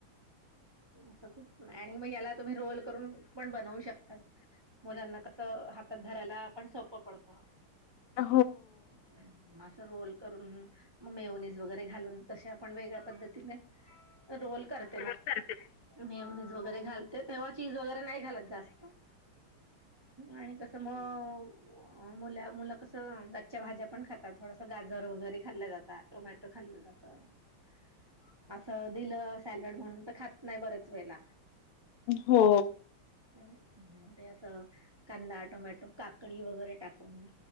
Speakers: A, on the right; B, on the left.
A: असं खूप आणि मग याला तुम्ही रोल करून पण बनवू शकतात मुलांना कसं हातात धरायला आपण सोपं पडतं
B: अ
A: अ असं रोल करून मग मेवनीज वगैरे घालून तसे आपण वेगळ्या पद्धतीने रोल करते
B: नतायतर
A: मेवनीज वगैरे घालते तेव्हा चीज वगैरे नाही घालत जास्त आणि कसं मग मु मुलं कसं च्या भाज्या पण खातात थोडस गाजर वगैरे खाल्ल्या जातात टोमॅटो खाल्लं जात असं दिलं सॅलड म्हणून तर खात नाही बरच वेला
B: हो.
A: मग ते असं कांदा टोमॅटो काकडी वगैरे टाकून